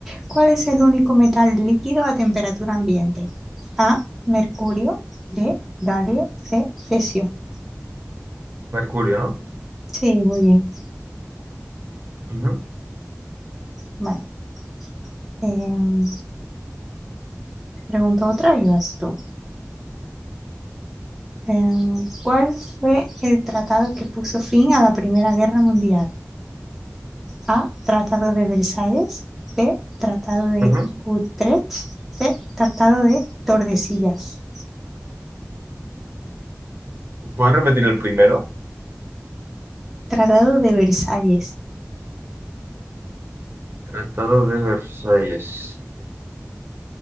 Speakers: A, in the centre; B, on the right (about 45°).
A: ¿Cuál es el único metal líquido a temperatura ambiente? A, mercurio. B, galio. C, cesio.
B: Mercurio, ¿no?
A: Sí, muy bien.
B: Ujú,
A: Vale. Em, te pregunto otra y vas tú. Em, ¿cuál fue el tratado que puso fin a la Primera Guerra Mundial? A. Tratado de Versalles. B. Tratado de
B: ujú.
A: Utrecht. C. Tratado de Tordesillas.
B: ¿Puedes repetir el primero?
A: Tratado de Versalles.
B: Tratado de Versalles.